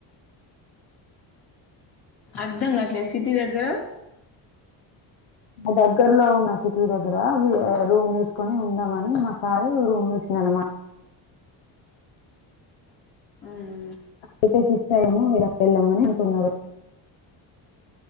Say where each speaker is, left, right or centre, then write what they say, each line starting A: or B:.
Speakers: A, on the left; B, on the left.
A: అర్ధం కావట్లే సిటీ దగ్గర
B: మా దగ్గరలో ఉన్న సిటీ దగ్గర రూమ్తీసుకొని ఉందాంమని మా సారు రూమ్ చూసిండు అన్నమాట
A: ఊమ్
B: అయితే సిటీ సైడేమో వెనక్కి వెళ్దామని అంటున్నారు